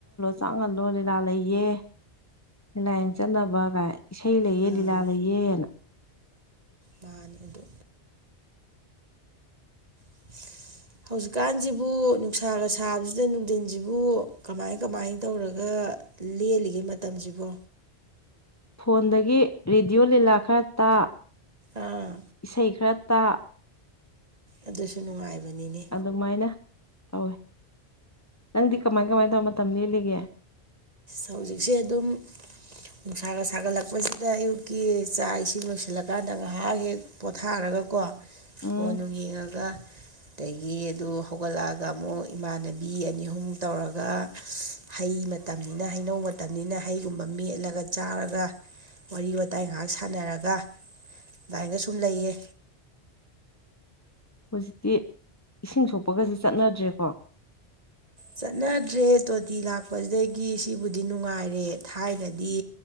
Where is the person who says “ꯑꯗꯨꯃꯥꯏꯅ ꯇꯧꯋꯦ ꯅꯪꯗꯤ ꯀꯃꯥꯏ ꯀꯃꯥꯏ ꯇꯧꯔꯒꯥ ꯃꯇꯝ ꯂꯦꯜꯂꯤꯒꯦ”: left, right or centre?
Left